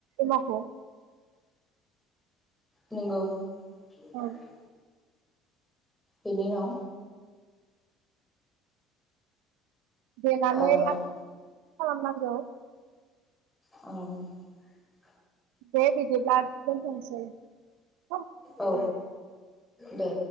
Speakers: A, on the right; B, in the centre.
A: एमावखौ
B: नोंगौ। <unintelligible>
A: औ
B: बिनि उनाव
A: देनानानै
B: ओ
A: खालाम नांगौ
B: औ
A: दे बिदिब्ला दोनथनोसै ।
B: औ दे।